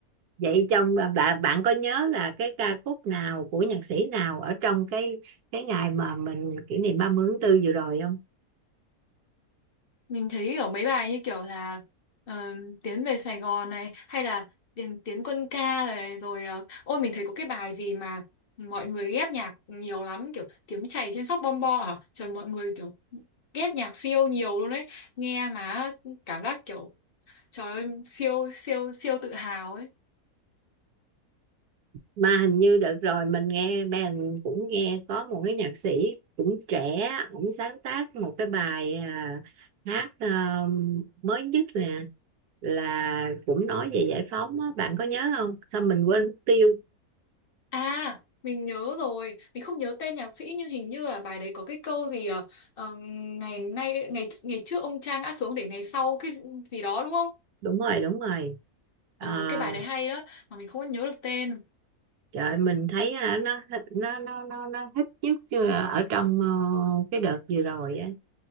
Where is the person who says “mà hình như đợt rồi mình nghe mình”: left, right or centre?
Right